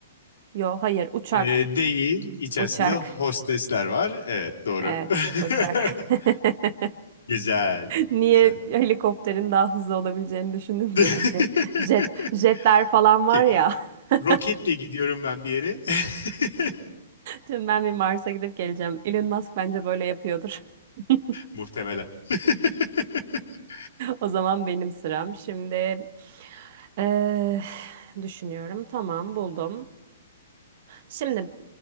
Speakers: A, on the right; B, on the left.
A: Yo hayır uçak.
B: E, değil, içerisinde
A: Uçak.
B: hostesler var. Evet, doğru.
A: Evet uçak.
B: <laughs>
A: <laughs>
B: Güzel,
A: Niye
B: güzel.
A: helikopterin daha hızlı olabileceğini düşündüm
B: <laughs>
A: ki? Jet, jet, jetler falan var
B: Okey,
A: ya. <laughs>
B: Roketle gidiyorum ben bir yere. <laughs>
A: Şimdi ben bir Mars'a gidip geleceğim. Elon Musk bence böyle yapıyordur. <laughs>
B: Muhtemelen. <laughs>
A: O zaman benim sıram. Şimdi eh, düşünüyorum. Tamam buldum. Şimdi